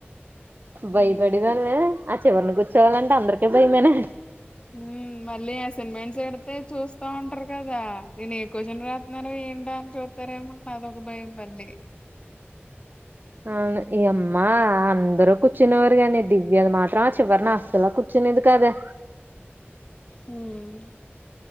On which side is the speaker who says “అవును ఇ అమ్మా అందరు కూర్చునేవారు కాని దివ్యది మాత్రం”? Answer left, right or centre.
Right